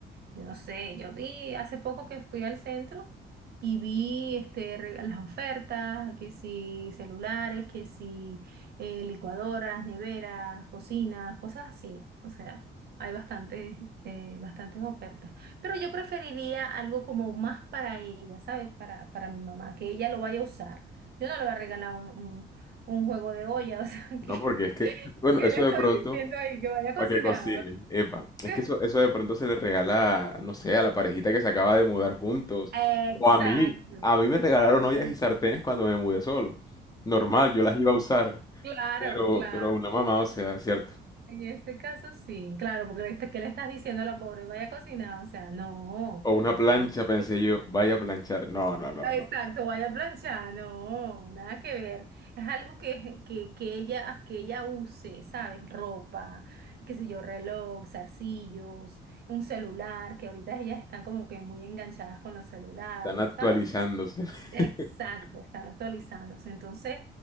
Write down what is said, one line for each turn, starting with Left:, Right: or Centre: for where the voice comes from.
Right: Yo no sé, yo vi hace poco que fui al centro y vi este, re- las ofertas, que si celulares, que si eh, licuadoras, neveras, cocinas, cosas así. O sea, hay bastantes, eh, bastantes ofertas. Pero yo preferiría algo como más para ella, ¿sabes? Para, para mi mamá, que ella lo vaya a usar. Yo no le voy a regalar un, un- un juego de olla, o sea, <laughs>
Left: No,
Right: que,
Left: porque es que, bueno,
Right: que
Left: eso
Right: le estoy
Left: de pronto,
Right: diciendo ahí que vaya a cocinar.
Left: para que cocine, epa, es
Right: <laughs>
Left: que eso, eso de pronto se le regala, no sé, a la parejita que se acaba de mudar juntos,
Right: Exacto,
Left: o a mí, a mí me regalaron
Right: exacto.
Left: ollas y sartenes cuando me mudé solo, normal, yo las iba a usar,
Right: Claro,
Left: pero,
Right: claro.
Left: pero una mamá, o sea, ¿cierto?
Right: En este caso sí, claro, porque le está- ¿qué le estás diciendo a la pobre? Vaya a cocinar, o sea, no.
Left: O una plancha,
Right: Yo,
Left: pensé
Right: <laughs>
Left: yo, vaya a planchar, no, no, no,
Right: exacto,
Left: no,
Right: vaya a planchar, no, nada que ver. Es algo que, que, que ella, que ella use, ¿sabes? Ropa, qué sé yo, reloj, zarcillos, un celular, que ahorita ellas están como que muy enganchadas con los celulares,
Left: están actualizándose,
Right: ¿sabes?
Left: <laughs>
Right: Exacto, están actualizándose. Entonces,